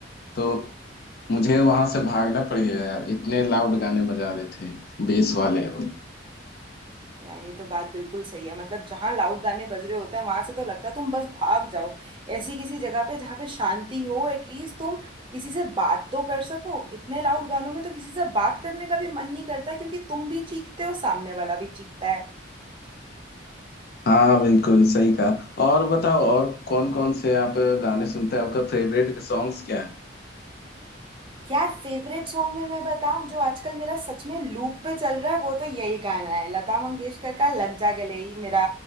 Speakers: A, on the left; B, on the right.
A: तो मुझे वहां से भागना पड़ गया यार इतने लाउड गाने बजा रहे थे बेस वाले
B: यार ये तो बात बिल्कुल सही है मतलब जहाँ लाउड गाने बज रहे होते हैं वहां से तो लगता है तुम बस भाग जाओ ऐसी किसी जगह पे जहाँ पे शांति हो एटलीस्ट तुम किसी से बात तो कर सको इतने लाउड गानों में तो किसी से बात करने का भी मन नहीं करता क्योंकि तुम भी चीखते हो सामने वाला भी चीखता है
A: हाँ बिल्कुल सही कहा और बताओ और कौन कौन से आप गाने सुनते हैं आपका फेवरेट सॉन्ग्स क्या है
B: यार फेवरेट सॉन्ग में मैं बताऊं जो आजकल मेरा सच में लूप पे चल रहा है वो तो यही गाना है लता मंगेशकर का लग जा गले ही मेरा